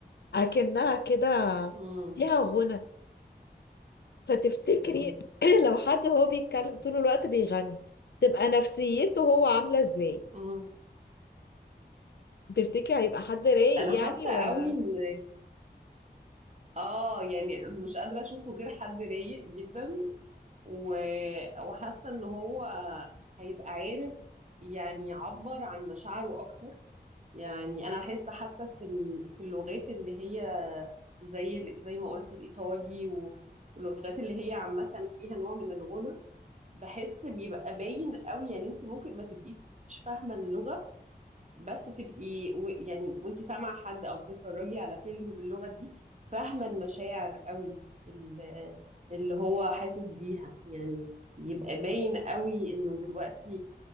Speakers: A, on the left (about 75°); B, on the right (about 45°).
A: اكنها كده
B: مم.
A: فيها غنى فتفتكري
B: مم.
A: <clears throat> لو حد هو بيتكلم طول الوقت بيغني تبقى نفسيته هو عاملة ازاي
B: مم.
A: تفتكري هيبقى حد رايق
B: أنا حاسة
A: يعني ولا
B: قوي إن آه يعني مش قادرة أشوفه غير حد رايق جدا و... وحاسة إن هو هيبقى عارف يعني يعبر عن مشاعره أكتر يعني انا بحس حتى في ال- في اللغات اللي هي زي ال- زي ما قلتي الايطالي و- واللغات اللي هي عامه فيها نوع من الغنى بحس بيبقى باين قوي يعني انت ممكن ما تبقيش فاهمه اللغه بس تبقي و- يعني وانت سامعه حد او بتتفرجي على فيلم باللغه دي فاهمه المشاعر قوي ال- اللي هو حاسس بيها يعني بيبقى باين قوي انه دلوقتي